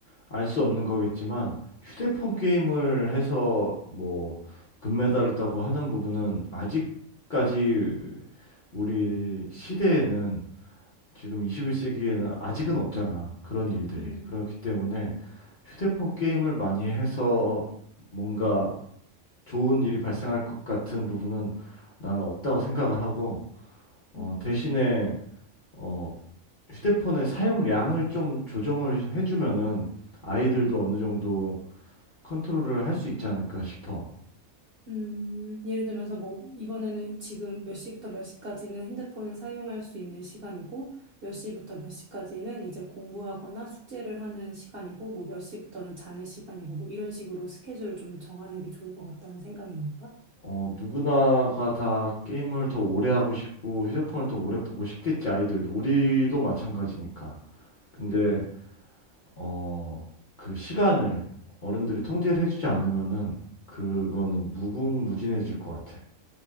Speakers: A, on the left (about 45°); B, on the right (about 60°).
A: 알 수 없는 거겠지만 휴대폰 게임을 해서 뭐 금메달을 따고 하는 부분은 아직까지 우리 시대에는 지금 21세기에는 아직은 없잖아. 그런 일들이.
B: 음.
A: 그렇기 때문에 휴대폰 게임을 많이 해서 뭔가 좋은 일이 발생할 것 같은 부분은 나는 없다고 생각을 하고 어,
B: 음.
A: 대신에 어, 휴대폰의 사용량을 좀 조정을 해주면은 아이들도 어느 정도 컨트롤을 할 수 있지 않을까 싶어.
B: 음, 예를 들면서 뭐, 이번에는 지금 몇 시부터 몇 시까지는 핸드폰을 사용할 수 있는 시간이고, 몇 시부터 몇 시까지는 이제 공부하거나 숙제를 하는 시간이고, 뭐 몇 시부터는 자는 시간이고, 뭐 이런 식으로 스케줄을 좀 정하는 게 좋을 것 같다는 생각인 건가?
A: 어, 누구나가 다 게임을 더 오래 하고 싶고 휴대폰을 더 오래 보고 싶겠지 아이들도 우리도 마찬가지니까. 근데
B: 음,
A: 어, 그 시간을 어른들이 통제를 해주지 않으면은 그거는 무궁무진해질 것 같아.